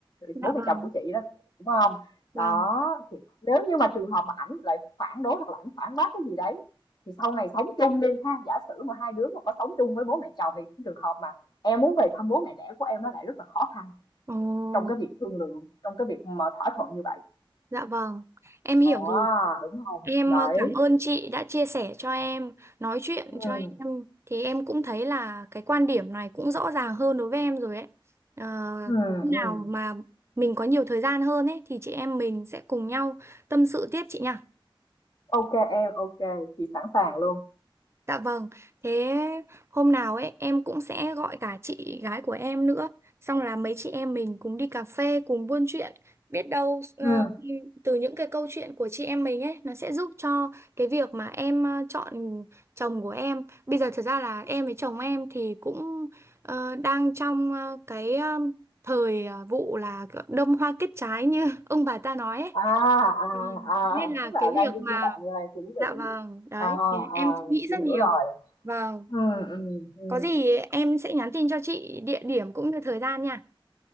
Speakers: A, on the right; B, on the left.
A: dạ
B: bố mẹ
A: vâng,
B: chồng của chị đó đúng không
A: vâng,
B: đó thì nếu như mà trường hợp mà ảnh lại phản đối hoặc là ảnh phản bác cái gì đấy thì sau này sống chung đi ha giả sử mà hai đứa mà có sống chung với bố mẹ chồng thì cái trường hợp mà em muốn về thăm bố mẹ đẻ của em nó lại rất là khó khăn
A: ồ,
B: trong cái việc thương lượng trong cái việc mà thỏa thuận như vậy
A: dạ vâng, em hiểu rồi.
B: đó đúng không
A: Em
B: đấy
A: ờ, cảm ơn chị đã chia sẻ cho em, nói chuyện
B: ừ,
A: cho em, thì em cũng thấy là cái quan điểm này cũng rõ ràng hơn đối với em rồi ấy. Ờ,
B: ừ,
A: Hôm
B: ừ.
A: nào mà mình có nhiều thời gian hơn ấy thì chị em mình sẽ cùng nhau tâm sự tiếp chị nhỉ?
B: ok em ok chị sẵn sàng luôn
A: Dạ vâng, thế hôm nào ấy em cũng sẽ gọi cả chị gái của em nữa, xong là mấy chị em mình cùng đi cà phê, cùng buôn chuyện, biết đâu ờ,
B: Ừ,
A: từ những cái câu chuyện của chị em mình ấy nó sẽ giúp cho cái việc mà em ờ, chọn chồng của em. Bây giờ thật ra là em với chồng em thì cũng ờ, đang trong ờ, cái ờ, thời ờ, vụ là đâm hoa kết trái như <laughs> ông bà ta nói ấy.
B: à, à,
A: Ừ,
B: à,
A: Nên là
B: tức là
A: cái việc
B: đang trong
A: mà
B: giai đoạn là chuẩn bị.
A: Dạ vâng, đấy,
B: À,
A: thì
B: à,
A: em suy nghĩ
B: chị
A: rất
B: hiểu
A: nhiều.
B: rồi.
A: Vâng,
B: Ừ, ừ, ừ.
A: có gì em sẽ nhắn tin cho chị địa điểm cũng như thời gian nha.